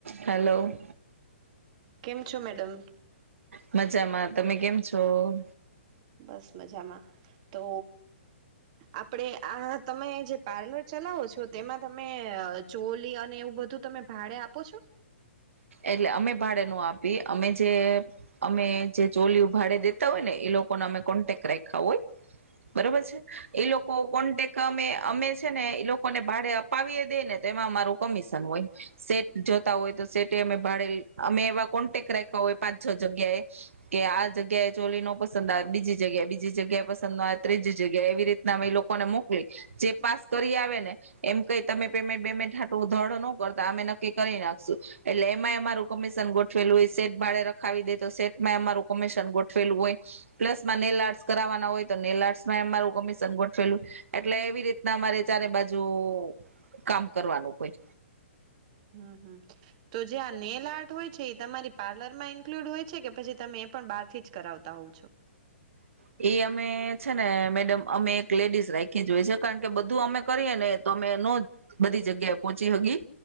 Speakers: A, on the right (about 85°); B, on the right (about 35°).
A: Hello. <inaudible>
B: કેમ છો madam?
A: મજામાં તમે કેમ છો?
B: બસ મજામાં તો આપડે આ તમે જે પાર્લર ચલાવો છો તેમાં તમે ચોલી અને એવું બધું તમે ભાડે આપો છો?
A: એટલે અમે ભાડે નું આપીએ અમે જે અમે જે ચોલીયું ભાડે દેતા હોય ને એ લોકોને અમે કોન્ટેક રાખ્યા હોય, બરોબર છે, એ લોકો કોન્ટેક અમે અમે છે ને એ લોકોને ભાડે અપાવીએ દે ને તો એમાં અમારું કમિશન હોય, સેટ જોતા હોય તો સેટ ભાે અમે એવા કોન્ટેક રાખ્યા હોય પાંચ છ જગ્યાએ, કે આ જગ્યાએ ચોલી ન પસંદ આવે બીજી જગ્યાએ બીજી જગ્યાએ પસંદ ન ત્રીજી જગ્યા એવી રીતના અમે લોકોને મોકલી, જે પાસ કરી આવે ને, એમ કઈ તમે પેમેન્ટ બેેમેન્ટટ ધડ ન કરતા અમે નક્કી કરી નાખશું. એટલે એમાંય અમારું કમિશન ગોઠવેલું હોય સેટ ભાડે રખાવી દે તો સેટમાં અમારું કમિશન ગોઠવેલું હોય, પ્લસ માં નેલ આર્ટસ કરાવવાના હોય તો નેલ આર્ટસમાં અમારું કમિશન ગોઠવેલુંય, એટલે એવી રીતના અમારે ચારે બાજુ કામ કરવાનું હોય.
B: હમ હમ. તો જે આ નેલ આર્ટ હોય છે એ તમારી પાર્લર માં ઇન્કલુડ હોય છે. કે પછી તમે એ પણ બાર થી જ કરાવતા હોવ છો?
A: એ અમે છે ને મેડમ અમે એક લેડીઝ રાખી જોય છે કારણ કે બધું અમે કરીએ ને તો અમે ન બધી જગ્યાએ પોહોંચી હગી,